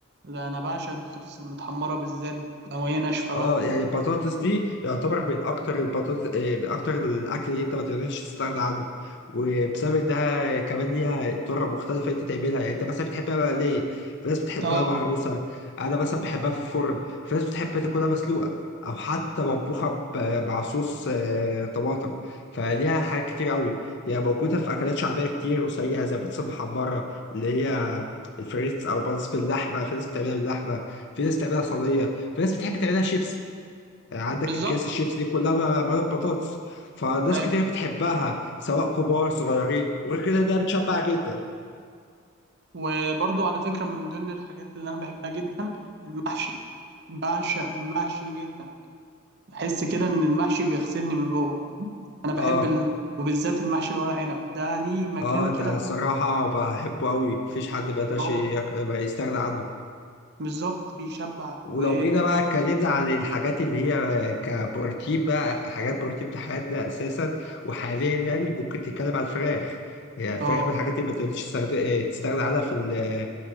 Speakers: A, on the right (about 55°); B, on the left (about 55°).
A: ده انا بعشق البطاطس المتحمره بالذات لو هي ناشفه
B: اه
A: بقى
B: يعني البطاطس دي يعتبر من اكتر البطاطس آه، من اكتر الاكل اللي انت ما تقدرش تستغنى عنه وبسبب انها كمان ليها طرق مختلفه انت تعملها يعني انت مثلا بتحبها مقليه في ناس بتحبها
A: اه
B: مهروسه انا مثلا بحبها في الفرن في ناس بتحب تاكلها مسلوقه او حتى مطبوخه ب- مع صوص آه، طماطم فليها حاجات كتير قوي يعني موجوده في اكلات شعبيه كتير وسريعه زي البطاطس المحمره اللي هي الفريتس او بطاطس باللحمه في ناس بتعملها باللحمه في ناس بتعملها صينيه في ناس بتحب تعملها شيبس عندك
A: بالظبط
B: اكياس الشيبس دي كلها معموله ببطاطس فناس
A: ايوه
B: كتير بتحبها سواء كبار صغيرين وغير كده ده بتشبع جدا
A: وبرضو على فكره من ضمن الحاجات اللي انا بحبها جدا المحشي بعشق المحشي جدا بحس كده ان المحشي بيغسلني من جوه فاهم؟ انا بحب
B: اه
A: ال... وبالذات المحشي الورق عنب ده ليه مكان
B: اه
A: كده
B: ده
A: في
B: الصراحه بحبه قوي مفيش حد ما يقدرش
A: الفراغ
B: ياك- ما يستغنى عنه
A: بالظبط بيشبع
B: ولو
A: و
B: جينا بقى اتكلمنا عن الحاجات اللي هي كبروتين بقى حاجات بروتين في حياتنا اساسا وحاليا يعني ممكن تتكلم عن الفراخ يعني الفراخ
A: اه
B: من الحاجات اللي ما تقدرش تستغنى إيه، تستغنى عنها في